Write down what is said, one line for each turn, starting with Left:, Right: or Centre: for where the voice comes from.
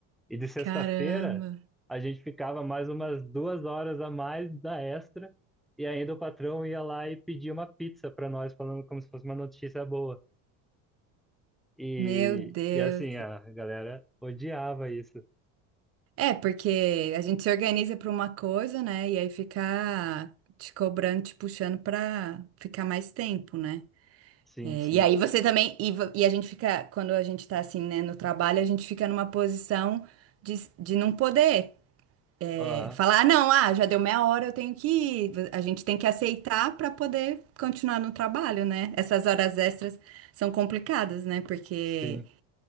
Centre: E de sexta-feira
Right: Caramba,
Centre: a gente ficava mais umas duas horas a mais da extra. E ainda o patrão ia lá e pedia uma pizza para nós, falando como se fosse uma notícia boa. E,
Right: meu Deus.
Centre: e assim, a galera odiava isso.
Right: É, porque a gente se organiza para uma coisa, né? E aí fica te cobrando, te puxando para ficar mais tempo, né?
Centre: Sim,
Right: É,
Centre: sim.
Right: e aí você também. E, vo- e a gente fica, quando a gente tá assim, né, no trabalho, a gente fica numa posição de, de não poder é,
Centre: Aham,
Right: falar, "Ah, não, ah, já deu meia hora, eu tenho que ir. A gente tem que aceitar para poder continuar no trabalho, né? Essas horas extras são complicadas, né? Porque.
Centre: sim.